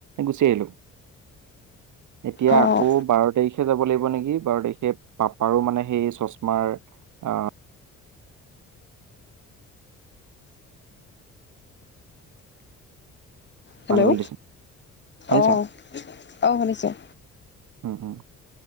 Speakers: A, on the right (about 75°); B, on the left (about 35°).
A: গুচি আহিলোঁ। এতিয়া
B: অ',
A: আকৌ বাৰ তাৰিখে যাব লাগিব নেকি বাৰ তাৰিখে পাপাৰো মানে সেই চশমাৰ অ'।
B: হেল্ল'
A: ভাল হ'বলে দিছে, শুনিছা?
B: অ', অ', শুনিছোঁ।
A: উম উম।